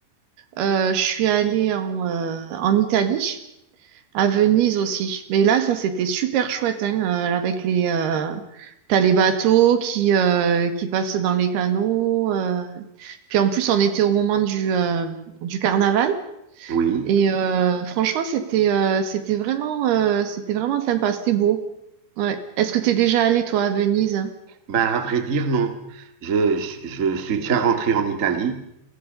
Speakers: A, on the right; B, on the right.
A: Euh, je suis allée en, euh, en Italie, à Venise aussi. Mais là, ça, c'était super chouette, hein, euh, avec les... euh, T'as les bateaux qui, euh, qui passent dans les canaux. euh. Puis en plus, on était au moment du, euh, du carnaval.
B: oui.
A: Et euh, franchement, c'était euh, c'était vraiment, euh, c'était vraiment sympa. C'était beau. Ouais. Est-ce que t'es déjà allé, toi, à Venise?
B: Ben à vrai dire non, je je, je suis déjà rentré en Italie,